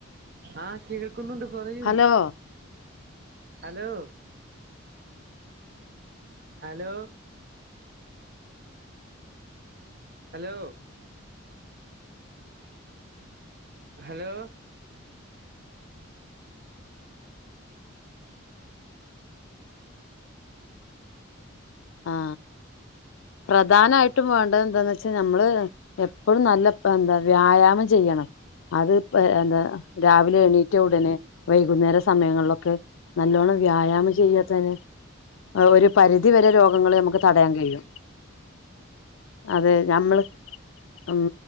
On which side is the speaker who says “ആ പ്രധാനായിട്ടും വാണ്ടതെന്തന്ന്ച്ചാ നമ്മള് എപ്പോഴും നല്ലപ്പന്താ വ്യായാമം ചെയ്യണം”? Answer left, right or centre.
Left